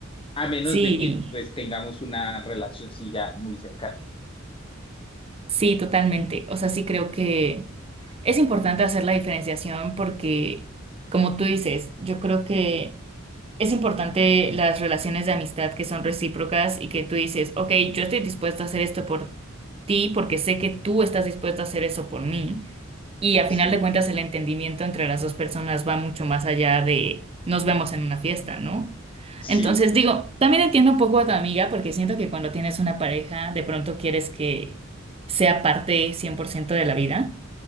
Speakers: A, on the left; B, on the right.
A: A menos
B: Sí,
A: de que pues tengamos una relación sí ya muy cercana.
B: sí, totalmente. O sea, sí creo que es importante hacer la diferenciación porque, como tú dices, yo creo que Es importante las relaciones de amistad que son recíprocas y que tú dices, ok, yo estoy dispuesto a hacer esto por ti porque sé que tú estás dispuesto a hacer eso por mí. Y a
A: Sí.
B: final de cuentas el entendimiento entre las dos personas va mucho más allá de nos vemos en una fiesta, ¿no? Entonces
A: Sí,
B: digo, también entiendo un poco a tu amiga porque siento que cuando tienes una pareja de pronto quieres que sea parte 100% de la vida,